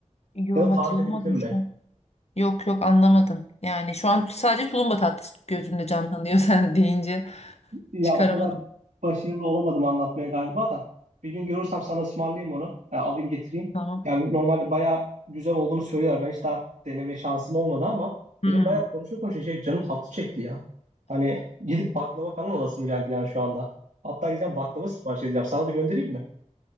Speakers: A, on the left (about 55°); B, on the right (about 80°).
A: Yo
B: Ya da tarif
A: hatırlamadım
B: edebildin mi?
A: şu an. Yok yok anlamadım. Yani şu an sadece tulumba tatlısı gözümde canlanıyor <laughs> sen deyince.
B: ya
A: Çıkaramadım.
B: o kadar başarılı olamadım anlatmaya galiba da. Bir gün görürsem sana ısmarlayayım onu. E, alayım getireyim.
A: Tamam.
B: Yani normalde bayağı güzel olduğunu söylüyorlar. Ben hiç daha deneme şansım olmadı ama
A: Hmm.
B: benim bayağı konuşa konuşa şey canım tatlı çekti ya. Hani gidip baklava falan alasım geldi yani şu anda. Hatta gideceğim baklava sipariş edeceğim. Sana da göndereyim mi?